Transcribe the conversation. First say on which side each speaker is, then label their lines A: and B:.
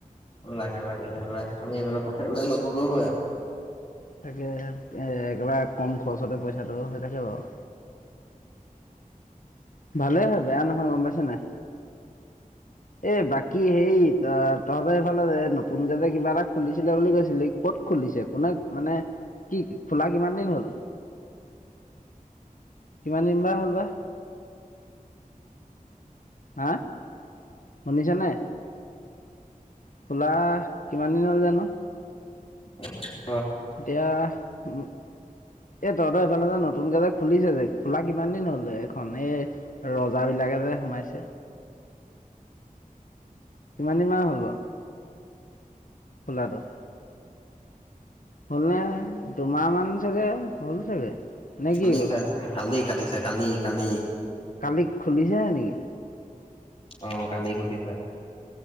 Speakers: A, on the left (about 40°); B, on the left (about 65°).
A: উ লাগে লাগে সেইবাক আমি এইবিলাক বাহিৰ নলো হয় আৰু।
B: তাকে, এ একেবাৰে কম খৰচতে পইচাটো হৈ থাকে বাৰু। ভালেই হয়, বেয়া নহয়, গম পাইছা নাই?
A: অ'।
B: এ বাকী হেই ত তহঁতৰ এইফালে নতুনকে যে কিবা এটা খুলিছিলে বুলি কৈছিলি ক'ত খুলিছে কোনে মানে কি খোলা কিমান দিন হ'ল?
A: <inaudible>
B: কিমান দিন বা হ'ল বা? হাঁ, শুনিছা নাই? খোলা কিমান দিন হ'ল জানো?
A: <inaudible>
B: এতিয়া উ
A: <inaudible>
B: এ তহতই এইফালে যে নতুনকে যে খুলিছে যে খোলা কিমান দিন হল এখন এ ৰজা বিলাকে যে সোমাইছে কিমান দিন মান হ'ল বাৰু? খোলাটো হ'লনে, দুমাহ মান চাগে হ'ল চাগে! নে কি
A: কালি কাটিছে, কালি কাটিছে, কালি কালি।
B: কালি খুলিছিলে নেকি?
A: অ', কালি খুলিছে।